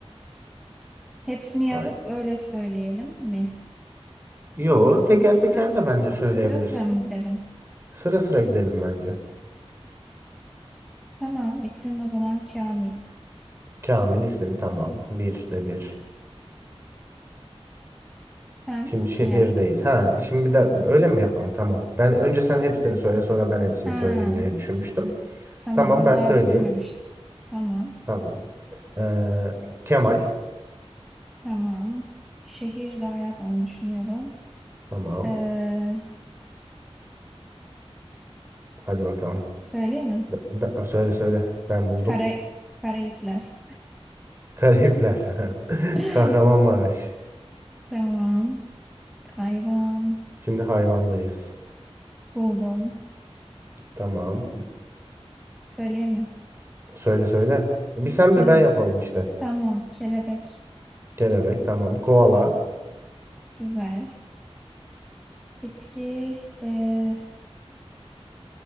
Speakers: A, in the centre; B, on the right.
A: Hepsini
B: Hayır.
A: yazıp öyle söyleyelim mi?
B: Yo teker
A: Sırası.
B: teker de bence söyleyebilirsin.
A: Sıra sıra mı gidelim?
B: Sıra sıra gidelim bence.
A: Tamam, isim o zaman Kamil.
B: Kamil isim tamam. Bir de bir.
A: Sen
B: Şimdi şehirdeyiz.
A: ne yap?
B: Ha şimdi bir de öyle mi yapalım? Tamam. Ben önce sen hepsini söyle sonra ben hepsini
A: Ha,
B: söyleyeyim diye düşünmüştüm.
A: tamam
B: Tamam
A: ama
B: ben
A: daha
B: söyleyeyim.
A: bitirmemiştim. Tamam,
B: Tamam. Ee, Kemal.
A: tamam. Şehir daha yazmadım düşünüyorum.
B: Tamam.
A: Ee,
B: Hadi bakalım.
A: söyleyeyim mi?
B: Be- be- söyle söyle. Ben buldum.
A: Kara, Karayipler.
B: Karayipler.
A: <laughs>
B: <laughs> Kahramanmaraş.
A: Tamam. Hayvan
B: Şimdi hayvandayız.
A: buldum.
B: Tamam.
A: Söyleyeyim mi?
B: Söyle söyle. Bir sen
A: Kele,
B: bir ben yapalım işte.
A: tamam. Kelebek.
B: Kelebek tamam. Koala.
A: Güzel. Bitki. ee,